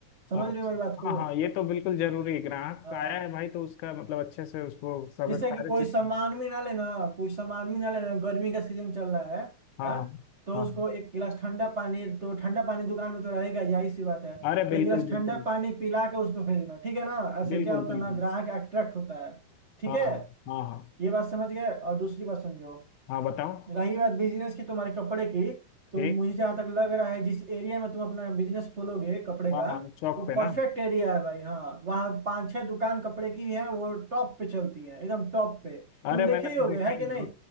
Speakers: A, on the right (about 75°); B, on the left (about 75°).
A: समझ
B: अच्छा
A: रहे हो मेरी बात को
B: हाँ हाँ ये तो बिल्कुल जरूरी है ग्राहक
A: हाँ
B: आया है भाई तो उसका मतलब अच्छे से उसको सब
A: जिससे कि
B: सारे
A: कोई
B: चीज
A: सामान भी ना लेना कोई सामान भी ना लेना गर्मी का सीजन चल रहा है
B: हाँ
A: हाँ
B: हाँ
A: तो
B: हाँ
A: उसको
B: हाँ।
A: एक गिलास ठंडा पानी तो ठंडा पानी दुकान में तो रहेगा यही सी बात है
B: अरे बिल्कुल
A: एक गिलास
B: बिल्कुल
A: ठंडा पानी पिला के उसको भेजना ठीक है ना ऐसे
B: बिल्कुल
A: क्या होता
B: बिल्कुल
A: है ना ग्राहक अट्रैक्ट होता है ठीक
B: हाँ
A: है
B: हाँ हाँ हाँ
A: ये बात समझ गए और दूसरी बात समझो
B: हाँ बताओ
A: रही बात बिजनेस की तुम्हारे कपड़े की तो
B: ठीक
A: मुझे जहाँ तक लग रहा है जिस एरिया में तुम अपना बिजनेस खोलोगे कपड़े
B: हाँ
A: का
B: हाँ चौक
A: वो
B: पे
A: परफेक्ट
B: ना
A: एरिया है भाई हाँ वहाँ पांच छह दुकान कपड़े की है वो टॉप पे चलती है एकदम टॉप पे
B: अरे
A: तुम देखे
B: मैंने
A: ही होगे
B: तो देखा
A: है
B: ही
A: कि
B: है